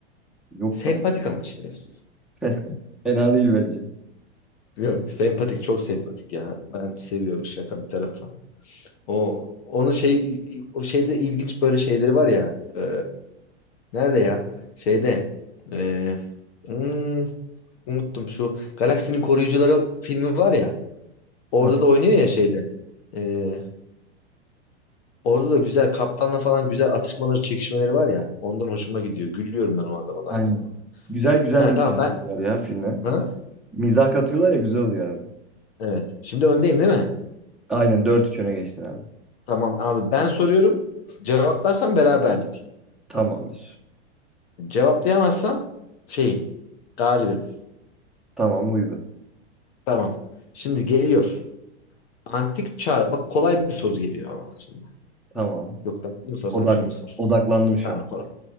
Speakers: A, in the centre; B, on the left (about 65°).
A: Yok
B: Sempatik
A: be abi.
B: ama şerefsiz.
A: <laughs> Fena değil bence.
B: Yok sempatik çok sempatik ya. Ben seviyorum şaka bir tarafa. O onun şey o şeyde ilginç böyle şeyleri var ya. e, nerede ya? Şeyde. e, hmm, unuttum şu Galaksinin Koruyucuları filmi var ya. Orada
A: Ha,
B: da oynuyor ya şeyle. E, orada da güzel kaptanla falan güzel atışmaları, çekişmeleri var ya. Ondan hoşuma gidiyor. Gülüyorum ben o adama da
A: Aynen.
B: aynı zamanda.
A: Güzel güzel
B: Ha
A: mizah
B: tamam ben
A: katıyorlar ya filme.
B: ha?
A: Mizah katıyorlar ya güzel oluyor abi.
B: Evet. Şimdi öndeyim değil mi?
A: Aynen dört 3 öne geçtin abi.
B: Tamam abi ben soruyorum. Cevaplarsan beraberlik.
A: Tamamdır.
B: Cevaplayamazsan şeyim, galibim.
A: Tamam uygun.
B: Tamam. Şimdi geliyor. Antik çağ. Bak kolay bir soru geliyor ama şimdi.
A: Tamam.
B: Yok lan bunu mu sorsam
A: Odak,
B: şunu mu sorsam?
A: odaklandım şu
B: Tamam
A: an.
B: kolay.